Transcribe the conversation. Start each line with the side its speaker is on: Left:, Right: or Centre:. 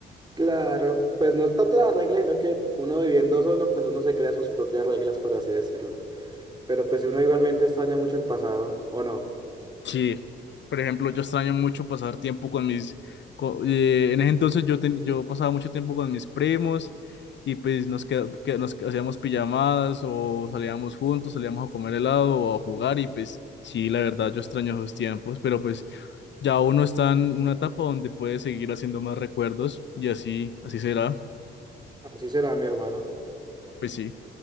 Right: Claro, pues no es tanto la regla, sino que uno viviendo solo, pues uno se crea sus propias reglas, por así decirlo. Pero pues si uno igualmente extraña mucho el pasado, ¿o no?
Left: Sí, por ejemplo, yo extraño mucho pasar tiempo con mis... co- eh, en ese entonces yo, ten- yo pasaba mucho tiempo con mis primos y pues nos, queda- que- nos hacíamos pijamadas o salíamos juntos, salíamos a comer helado o a jugar y pues sí, la verdad yo extraño esos tiempos, pero pues ya uno está en una etapa donde puede seguir haciendo más recuerdos y así, así será,
Right: Así será, mi hermano.
Left: pues sí.